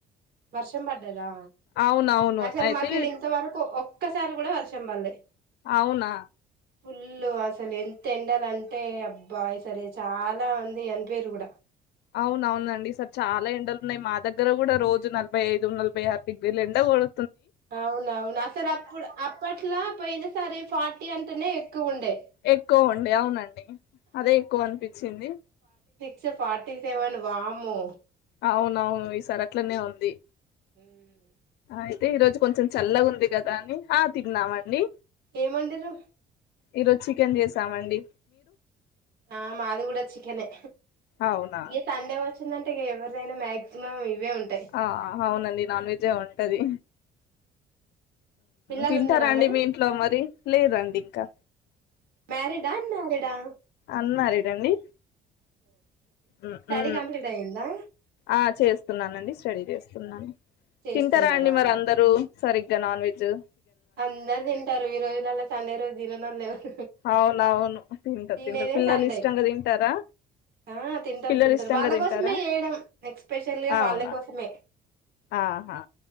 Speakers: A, on the right; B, on the left.
A: వర్షం పడ్డదా,
B: అవునవును
A: అసలు
B: అయితే
A: మాకెళ్ళి ఇంతవరకు ఒక్ క్కసారి కూడా వర్షం పల్లే
B: అవునా
A: ఫుల్లు అసలు ఎంత ఎండలంటే అబ్ బాయ్ సరే చాలా అన్ ఎ అన్ట్వేరు కూడా
B: అవున అవునండి ఈసార్ చాలా ఎండలున్నాయి మా దగ్గర కూడా రోజు నలభై ఐదు నలభై ఆరు డిగ్రీలు ఎండ కోడ్
A: అవునవును అసలు అప్పుడు అప్పట్లా పోయిన సారి ఫార్టీ అంటేనే ఎక్కువ ఉండే
B: ఎక్కువ ఉండే అవునండి అదే ఎక్కువ అనిపించింది
A: సే ఫార్టి సెవన్ వామ్మో
B: అవునవును ఈ సారి అట్లనే ఉంది
A: మ్మ్
B: అయితే ఈ రోజు కొంచెం చల్లగా ఉంది కదా అని ఆ తిన్నామండి
A: ఏం వండిర్రు
B: ఈరోజు చికెన్ చేస్ త్తామండి
A: ఆ మాదిగూడ చికనే
B: అవునా
A: ఈ సండే వచ్చ్ దంటే ఎవరిదైనా మాక్సిమం ఇవే ఉంటాయి
B: ఆ హా అవునండి నాన్వెజే ఉంటది
A: పిల్లలు
B: తింటారాండి
A: ఉన్నారా మేడం
B: మీ ఇంట్లో మరి లేదండి ఇంకా
A: మ్యారిడా అన్ మ్యారిడా
B: ఉన్నారేడండి ఉ
A: స్టడీ
B: ఉ
A: కంప్లీట్ అయ్యిందా
B: ఆ చేస్తున్నానండి స్టడీ చేస్ సున్నాం
A: చేస్తున్నారా
B: తింటారా అండి మరి అందరూ సరి గ నాన్ వెజ్జు
A: అందరు తింటారు ఈ రోజులలా సండే రోజు తిననోళ్ళు ఎ
B: అవునవును తింటారు
A: తినేదే
B: తింటారు పిల్లలు
A: సండే
B: ఇష్టంగా తింటారా
A: ఆ తింటారు
B: పిల్లలు
A: తింటారు
B: ఇష్టంగా
A: వాళ్ళ
B: తింటారా
A: కోసమే చేయడం ఎక్స్పెషల్ గా
B: అవునా
A: వాళ్ళ కోసమే
B: ఆహా